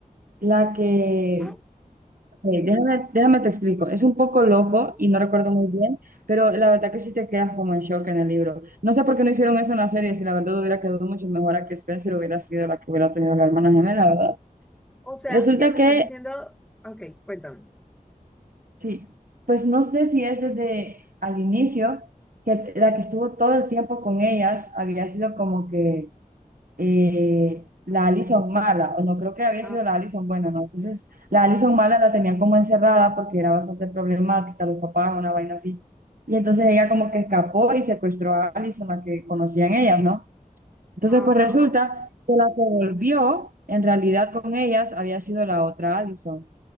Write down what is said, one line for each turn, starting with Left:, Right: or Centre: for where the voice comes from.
Right: la que
Centre: Ah,
Right: Eh, déjame, déjame te explico. Es un poco loco
Centre: Ajá.
Right: y no recuerdo muy bien, pero la verdad que sí te quedas como en shock en el libro. No sé por qué no hicieron eso en la serie, si la verdad hubiera quedado mucho mejor a que Spencer hubiera sido la que hubiera tenido la hermana gemela, ¿verdad?
Centre: O sea,
Right: Resulta
Centre: que me
Right: que,
Centre: estás diciendo? Ok, cuéntame.
Right: sí, pues no sé si es desde al inicio, que la que estuvo todo el tiempo con ellas había sido como que eh, la Allison mala, o no creo que había
Centre: Ah,
Right: sido la Allison buena, ¿no? Entonces, la Allison mala la tenían como encerrada porque era bastante problemática, los papás, una vaina así. Y entonces ella como que escapó y secuestró a Allison, la que conocían ellas, ¿no? Entonces,
Centre: Ajá,
Right: pues resulta que la que volvió, en realidad con ellas, había sido la otra Allison